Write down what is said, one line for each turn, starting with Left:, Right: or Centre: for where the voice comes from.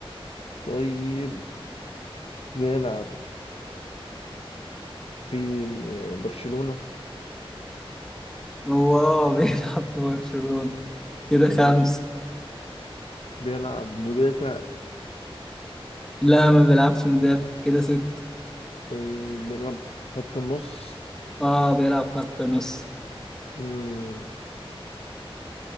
Left: طيب بيلعب في آه، برشلونة
Centre: هو اه <laughs> بيلعب في برشلونة كده
Left: ماشي
Centre: خمسة
Left: بيلعب مدافع
Centre: لا ما بيلعبش مدافع كده ستة
Left: طيب بيلعب في خط النص
Centre: اه بيلعب خط نص
Left: مم،